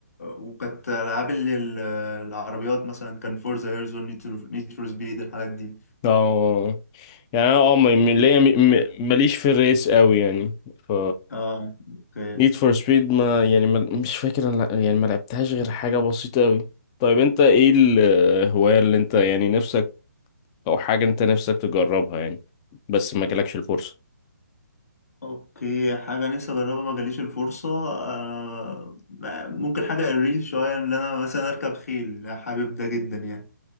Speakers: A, on the left (about 60°); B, on the left (about 15°).
A: وكانت العاب اللي ال- العربيات مثلا كان فورزا هيرزون نيد فور سبيد الحاجات دي
B: اه يعني انا اه م- م- ليا م- م- ماليش في الريس قوي يعني ف
A: اه اوكي
B: نيد فور سبيد ما يعني ما مش فاكر انا لا- يعني ما لعبتهاش غير حاجة بسيطة قوي طيب انت ايه الهواية اللي انت يعني نفسك او حاجة انت نفسك تجربها يعني بس ما جالكش الفرصة
A: اوكي حاجة نفسي اجربها ما جاليش الفرصة آه ممكن حاجة الريل شوية ان انا مثلا اركب خيل حابب ده جدا يعني